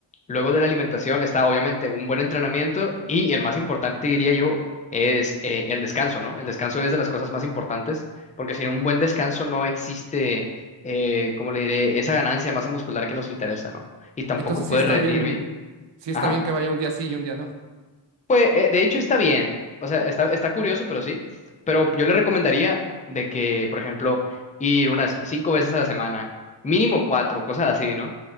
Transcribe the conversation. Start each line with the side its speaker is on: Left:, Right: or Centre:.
Left: luego de la alimentación está obviamente un buen entrenamiento y el más importante, diría yo, es eh, el descanso, ¿no? El descanso es de las cosas más importantes porque sin un buen descanso no existe, eh, ¿cómo le diré?, esa ganancia de masa muscular que nos interesa, ¿no? Y tampoco
Right: Entonces
Left: puedes
Right: sí está
Left: rendir
Right: bien.
Left: bien.
Right: Sí está
Left: Ajá.
Right: bien que vaya un día sí y un día no.
Left: Pues, eh, de hecho, está bien. O sea, está, está curioso, pero sí. Pero yo le recomendaría de que, por ejemplo, ir unas cinco veces a la semana, mínimo cuatro, cosas así, ¿no?